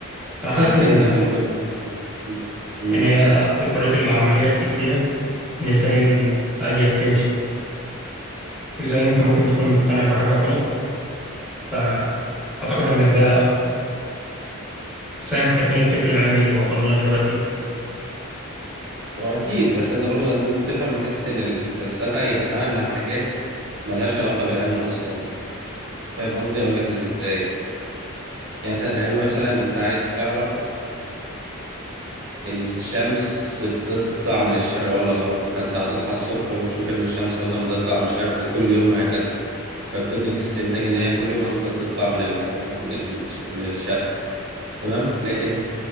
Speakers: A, in the centre; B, on the right.
A: أنا حاسس
B: عشان
A: إن
B: كده إن أنت ممكن م- م-
A: إن هي بتوريك العملية الفكرية إن إزاي ال- آه، هي بتمشي وإزاي أنت ممكن تكون مقتنع بحاجة غلط فأعتقد إن ده ساهم في تكوين الفكر العلمي اللي وصل لنا دلوقتي
B: هو أكيد بس أنت برضه لازم تفهم من حتة إن الفلسفة هي بتتعامل مع حاجات ملهاش علاقة بالعلم أصلا فاهم قصدي؟ أقول لك إزاي؟ يعني أنت العلم مثلا أنت عايز تعرف الشمس بتطلع من الشرق ولا الغرب فانت هتصحى الصبح وتشوف ان الشمس مثلا بتطلع من الشرق كل يوم وهكذا فبتبني استنتاج ان هي كل يوم هتفضل تطلع من ال من ال من الشرق تمام لكن